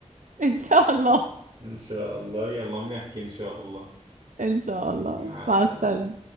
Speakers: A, on the right; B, on the right.
A: <laughs> ان شاء الله
B: <laughs> إن شاء الله يلا بنحكي إن شاء الله
A: ان شاء الله
B: مع السلامة
A: مع السلامة